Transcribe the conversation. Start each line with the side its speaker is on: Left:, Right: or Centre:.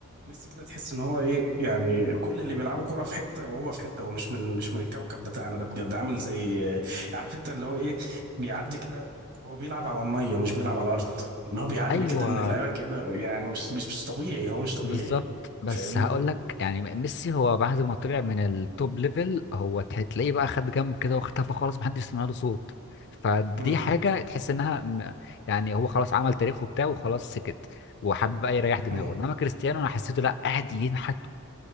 Right: ميسي كده تحس ان هو ايه يعني كل اللي بيلعبوا كرة في حتة وهو في حتة هو مش من مش من الكوكب بتاعنا ده بجد عامل زي عارف انت اللي هو ايه بيعدي كده هو بيلعب على المية مش بيلعب على الارض ان هو بيعدي
Left: ايوه
Right: كده من اللعيبه كده يعني مش مش مش طبيعي هو مش طبيعي
Left: بالظبط بس
Right: فاهمني؟
Left: هقول لك يعني ميسي هو بعد ما طلع من التوب ليفل هو ت- تلاقيه بقى خد جنب كده واختفى خالص محدش سمع له صوت فدي
Right: مم.
Left: حاجه تحس انها م- يعني هو خلاص عمل تاريخه بتاعه وخلاص سكت وحب بقى يريح دماغه
Right: مم.
Left: انما كريستيانو انا حسيته لا قاعد ينحت